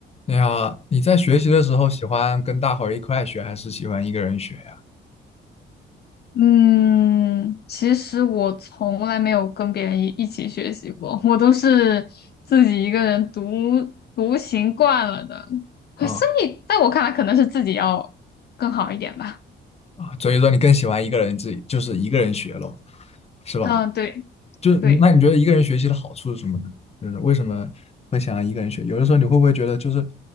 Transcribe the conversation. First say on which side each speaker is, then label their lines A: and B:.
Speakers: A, on the left; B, on the left.
A: 你好，你在学习的时候喜欢跟大伙儿一块学，还是喜欢一个人学呀？
B: 嗯，其实我从来没有跟别人一一起学习过，我都是自己一个人独独行惯了的。可所以在我看来，
A: 啊
B: 可能是自己要更好一点吧。
A: 啊，所以说你更喜欢一个人自己，就是一个人学咯，是吧？
B: 嗯，对
A: 就是你那你觉得一个人学习的好处是什么呢？
B: 对，
A: 就是为什么会想要一个人学？有的时候你会不会觉得就是